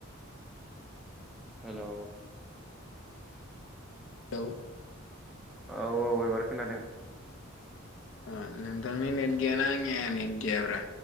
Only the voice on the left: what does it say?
हेलौ
ओ नोंथांनि नेट गैया ना आंनिया नेट गैयाब्रा!